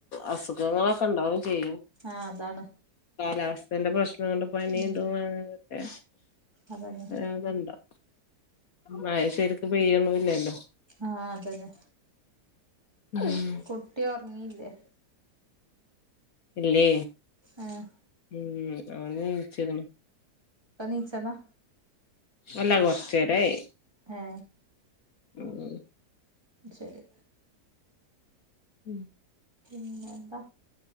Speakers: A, on the left; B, on the right.
A: അസുഖങ്ങളൊക്കെ ഇണ്ടാവും ചെയ്യും
B: ആഹ് അതാണ്
A: കാലാവസ്ഥന്റെ പ്രശ്നം കൊണ്ട് പനി
B: ഉം
A: ഇതു അങ്ങനെ ക്കെ
B: അതന്നെ
A: അരാതണ്ടോ മഴ ശരിക്ക് പെയ്യ്ണില്ലല്ലോ
B: ആഹ് അതന്നെ
A: ഉം.
B: കുട്ടി ഉറങ്ങില്ലേ
A: ഇല്ലേ
B: ഏഹ്
A: ഉം അവന് ച്ച്ക്ണ്
B: പ നീച്ചതാ
A: എല്ലാ കൊറച്ചേരായി
B: ഏ
A: ഉം
B: ശരി
A: ഉം
B: പിന്ന എന്താ